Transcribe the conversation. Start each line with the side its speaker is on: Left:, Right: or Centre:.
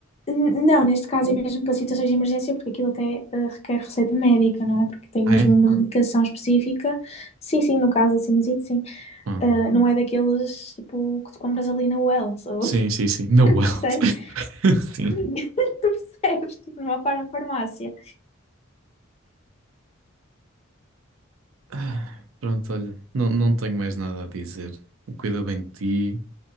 Left: N- Não, neste caso é mesmo para situações de emergência, porque aquilo até eh, requer receita médica, não é? Porque tem
Right: Ah,
Left: mesmo
Right: é?
Left: uma medicação específica. Sim, sim, no caso da sinusite, sim.
Right: Ah,
Left: Eh, não é daqueles, tipo, que tu compras ali na Wells, ou
Right: sim, sim, sim. No
Left: <laughs>
Right: well.
Left: percebes? <laughs>
Right: <laughs> Sim.
Left: Tu percebes, tipo, numa parafarmácia.
Right: Ah, Pronto, olha, não, não tenho mais nada a dizer. Cuida bem de ti